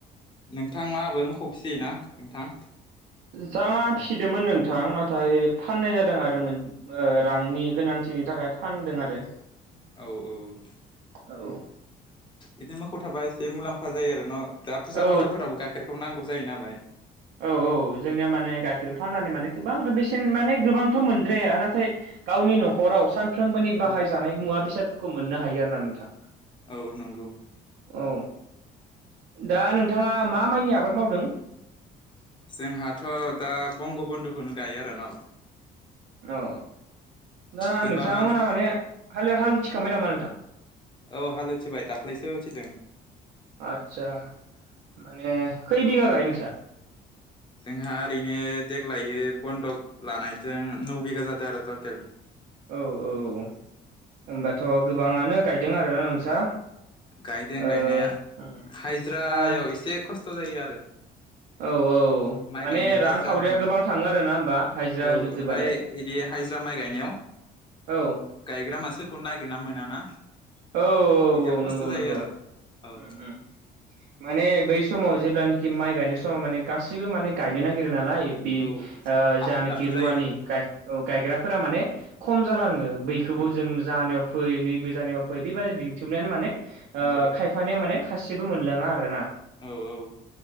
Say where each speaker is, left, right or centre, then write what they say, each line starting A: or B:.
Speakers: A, on the left; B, on the right.
A: नोंथांलाहाबो मोखौ फिसियोना नोंथां
B: जा फिसिदोंमोन नोंथां नाथाय फाननाय जादों आरो मोन रांनि गोनांथिनि थाखाय फानदों आरो
A: औ-औ
B: औ
A: बिदिनो मोसौ थाबा एसे मुलाम्फा जायो आरो न' दा फुजा
B: औ
A: फाथालफोरावबो गाइखेरखौबो नांगौ जायो नालाय
B: औ-औ जोंनिया माने गाइखेर फाननानै माने गोबां बेसेन माने गोबांथ' मोनद्राया नाथाय गावनि न'खराव सानफ्रोमबोनि
A: औ
B: बाहायजानाय मुवा बेसादफोरखौ मोननो हायो आरोना नोंथां
A: औ नंगौ
B: औ दा नोंथाङा मा माइनि आबाद मावदों
A: जोंहाथ' दा बंग बन्दखौनो गायो आरोना
B: अ दा
A: गोबाङानो
B: नोंथांमोनहा माने हाले हाल उथिखांबाय नामा नोंथां
A: औ हाल उथिबाय दाख्लैसो उथिदों
B: आदसा माने खैबिगा गायो नोंस्रा
A: जोंहा ओरैनो देग्लाय बन्दक लानायजों नौ बिघा जादों आरो टटेल
B: औ-औ होमबाथ' गोबाङानो गायदों आरो नोंस्रा
A: गायदों
B: ओ
A: गायनाया
B: ओम
A: हाजिरायाव
B: दा
A: एसे खस खस्थ' जायो आरो
B: औ-औ
A: माइ
B: माने
A: गायनो हाजिरा
B: रांखावरिया
A: मोना
B: गोबां थांङो आरो ना होमबा हाजिरा
A: औ
B: होजोबदोबालाय
A: ओमफ्राय बिदि हाजिरा माइ गायनायाव
B: औ
A: गायग्रा मानसिफोरखौ नागिरना मोना ना
B: औ
A: बिदियाव
B: औ
A: खस्थ'
B: नंगौ
A: जायो
B: नंगौ
A: आरो औ
B: उम उम माने बै समाव जेब्लानाखि माइ गायनाय समाव माने गासैबो माने गायनो नागिरो नालाय बे
A: औ हाखु
B: जानाखि
A: दाखु
B: रुवानि
A: जायो
B: गायग्राफोरा माने खम जालाङो बैखौबो
A: औ
B: जों जानायाव फै नैबोे जानायाव फै बेबादि लिंथुमनायानो माने
A: औ
B: खायफानायाव माने खासेबो मोनलांङा आरो ना
A: औ-औ